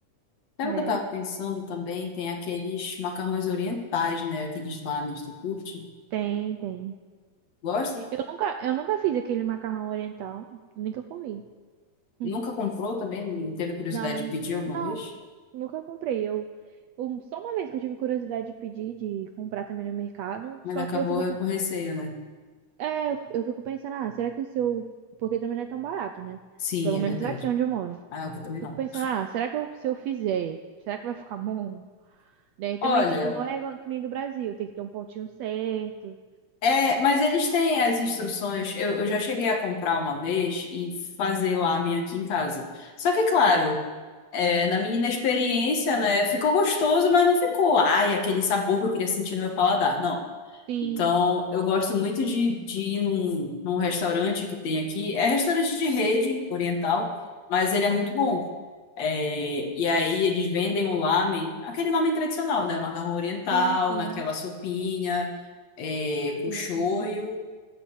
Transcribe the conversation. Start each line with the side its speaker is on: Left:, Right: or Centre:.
Left: Sabe
Right: né?
Left: o que eu tava pensando também? Tem aqueles macarrões orientais, né? Aqueles lámen, tu curte?
Right: Tem, tem.
Left: Gosta?
Right: Eu nunca, eu nunca fiz aquele macarrão oriental, nunca comi. Hum.
Left: Nunca comprou também? Não Teve curiosidade
Right: Não,
Left: de pedir alguma
Right: não,
Left: vez?
Right: nunca comprei. Eu, eu- só uma vez que eu tive curiosidade de pedir, de comprar também no mercado,
Left: Mas
Right: só
Left: acabou
Right: que eu fico, com-
Left: com receio, né?
Right: é, eu, eu fico pensando, ah, será que se eu, porque também não é tão barato, né?
Left: Sim,
Right: Pelo
Left: é
Right: menos
Left: verdade.
Right: aqui onde eu moro.
Left: Ah, eu também
Right: Fico
Left: não.
Right: pensando, ah, será que eu, se eu fizer, será que vai ficar bom? Daí também,
Left: Olha.
Right: tipo, não é igual que nem do Brasil, tem que ter um pontinho certo.
Left: É, mas eles têm as instruções. Eu, eu já cheguei a comprar uma vez e fazer lá a minha aqui em casa. Só que, claro, é, na minha inexperiência, né? Ficou gostoso, mas não ficou, ai, aquele sabor que eu queria sentir no meu paladar. Não.
Right: Sim,
Left: Então, eu gosto muito de, de ir num, num restaurante que tem aqui. É restaurante de rede oriental, mas ele é muito bom. É, e aí eles vendem o lamen, aquele lamen tradicional, né? O macarrão oriental,
Right: sim, sim.
Left: naquela sopinha é, com
Right: Muito
Left: shoyu,
Right: bom, muito bom.